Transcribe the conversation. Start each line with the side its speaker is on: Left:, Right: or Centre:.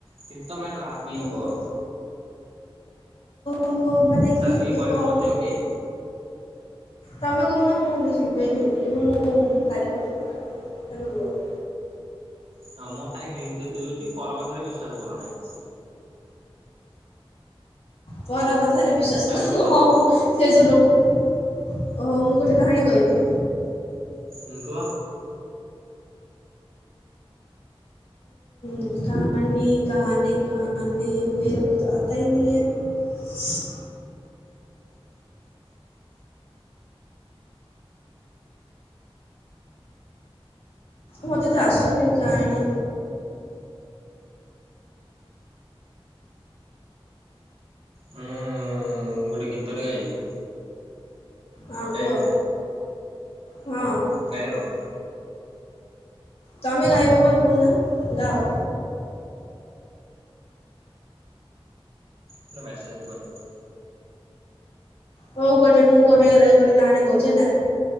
Right: କିନ୍ତୁ ତୋମେ ଏଟା ଭାବିକି
Left: ଓହୋ
Right: କୁହ।
Left: ଓହୋ ମାନେ କି
Right: ଭାବିକି କହିବ
Left: କଣ
Right: ମୋତେ ଓକେ।
Left: ତୋମେ କହୁନ ମୁଁ ବୁଝିବି <unintelligible> ମୁଁ ଭାରି କଷ୍ଟ <unintelligible> ତୋମେ କୁହ।
Right: ହଁ ମୁଁ ଖାଲି ହିଣ୍ଟି ଦେଇଦଉଛି ପର କଥାରେ ବିଶ୍ବାସ କରୁନାହିଁ।
Left: ପର କଥାରେ ବିଶ୍ଵାସ
Right: ତାପରେ
Left: କର
Right: କୁହ
Left: ହଁ,
Right: ତମେ
Left: ହଁ ସେ ଯେ ଲୋକ ଓହୋ, ମୁଁ ଗୋଟେ କାହାଣୀ କହିବି।
Right: ହୁଁ, କୁହ।
Left: <unintelligible> ମୋତେ ତ ଆସୁନି କାହାଣୀ।
Right: ଅଁ, ମୁଁ ଗୋଟେ ଗୀତଟେ ଗାଇବି।
Left: ହଁ
Right: ଗାଇବି
Left: କୁହ। ହଁ।
Right: ଗାାଇ ହବ।
Left: ତୋମେ ଗାଇବ ବା କୁହନା ଗାଅ।
Right: ଗୋଟେ ମେସେଜ୍ ଟେ କରି <inaudible>
Left: ହଉ ଗୋଟେ ମୁଁ ଗୋଟେ ରେ କରି କାହାଣୀ କହୁଛି ହେଲା।